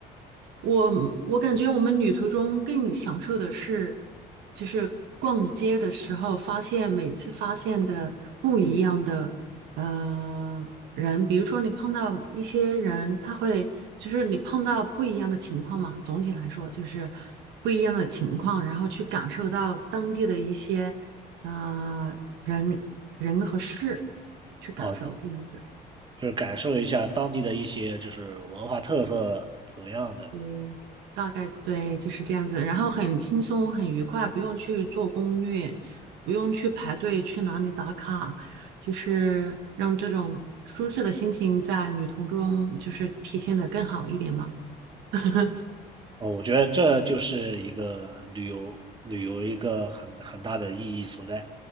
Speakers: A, on the right; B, on the right.
A: 我我感觉我们旅途中更享受的是，就是逛街的时候发现每次发现的不一样的呃人，比如说你碰到一些人，他会就是你碰到不一样的情况嘛，总体来说就是不一样的情况，然后去感受到当地的一些呃人人和事，去感受这样子。
B: 啊，就是感受一下当地的一些就是文化特色怎么样的
A: 对，大概对，就是这样子。然后很轻松，很愉快，不用去做攻略，不用去排队去哪里打卡，就是让这种舒适的心情在旅途中就是体现的更好一点嘛。<laughs>
B: 哦，我觉得这就是一个旅游旅游一个很很大的意义所在。